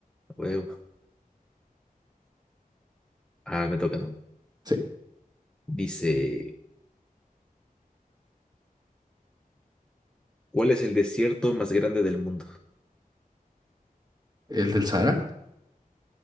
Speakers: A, in the centre; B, on the right.
A: Huevo. Ah, me toca, ¿no?
B: Sí.
A: Dice, ¿cuál es el desierto más grande del mundo?
B: ¿El del Sahara?